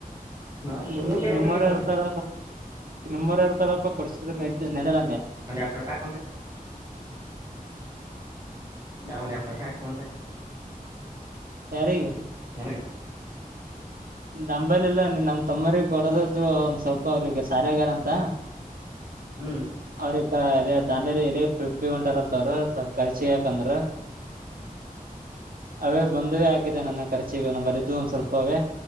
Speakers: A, on the right (about 25°); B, on the right (about 70°).
A: ನಾನ್
B: ನಿಮ
A: ಕೊಡೋರ್ ಕೈ ರೊಕ್ಕ
B: ನಿಮ್ಮವರ
A: ಇರ್ಬೇಕ ಅಂದೆ
B: ಇರ್ತಾರ ನಿಮ್ಮವರ ಇರ್ತಾರಪ್ಪ ಪರಿಸ್ಥಿತಿ ನ ನಡಲ
A: ಪ ಸಾವಪಾಯ ಗಾಾವದತ
B: ಯಾರ ಈಗ
A: ನನಗೆ
B: ನಂಬಲ್ಲಿ ಇಲ್ಲ ನೀ ನಮ್ ತಮ್ಮ್ರ ಕೊಡದದರು ಒಂದ್ ಸ್ವಲ್ಪ ಅವ್ರಿಗೆ ಸಾಲಗಾರ ಅಂತ
A: ಹ್ಮ್
B: ್ರ ದಾನ್ದಲ್ಲಿ ಎಲ್ಲಿಪ್ಪಿ ಉಂಟಾರಂತ ಅವ್ರು ಸ್ವಲ್ಪ ಖರ್ಚ ಯಾಕಂದ್ರ ಅವೇ ಬಂದುವೇ ಹಾಕಿದೆ ನನ್ನ ಖರ್ಚಿಗ ನಮ್ಮಲ್ಲಿದ್ದು ಒಂದ್ ಸ್ವಲ್ಪೇ